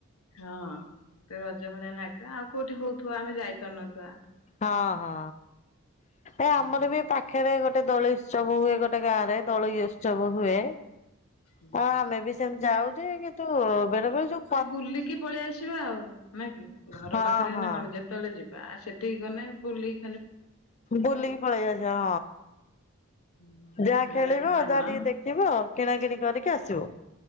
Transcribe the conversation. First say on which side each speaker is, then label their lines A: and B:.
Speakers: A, on the left; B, on the left.
A: ହଁ ତ ରଜ ଭଳିଆ ଲାଗେ ଆଉ କୋଉଠି ହଉଥିବ ଆମେ ଯାଇପାରୁନଥିବା।
B: ହଁ ହଁ ଏ ଆମର
A: ହୁଁ
B: ବି ପାଖରେ ପାଖରେ ଗୋଟେ ଦଳ ଉତ୍ସବ ହୁଏ ଗୋଟେ ଗାଁ ରେ ଦୋଳି ଉତ୍ସବ ହୁଏ।
A: ହୁଁ
B: ହଁ ଆମେ ବି ସେମିତି ଯାଉଛେ କିନ୍ତୁ ବେଳେବେଳେ ଜୋ
A: ଟେ ବୁଲିକି ପଳେଇ ଆସିବା ଆଉ ନା କି ଘର
B: ହଁ
A: ପାଖରେ
B: ହଁ।
A: ନା କଣ ଯେତେବେଳେ ଯିବା ଆ ସେଠି ନା ବୁଲିିକି
B: ବୁଲିକି ପଳେଇ ଯାଅ
A: ଆମର
B: ଯାହା ଖେଳିବ
A: ଏଠି ପାନ
B: ଯାହା ଟିକେ ଦେଖିବ କିଣା କିିଣି କରିକି ଆସିବ।